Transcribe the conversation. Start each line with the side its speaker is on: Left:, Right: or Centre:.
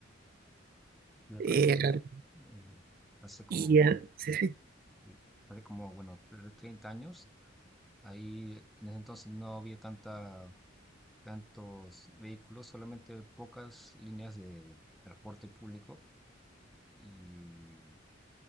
Centre: Y acá
Right: Eh,
Centre: en Perú,
Right: Claro.
Centre: eh, hace como,
Right: y eh, sí, sí.
Centre: eh, hace como, bueno, tre- 30 años, ahí en ese entonces no había tanta tantos vehículos, solamente pocas líneas de transporte público y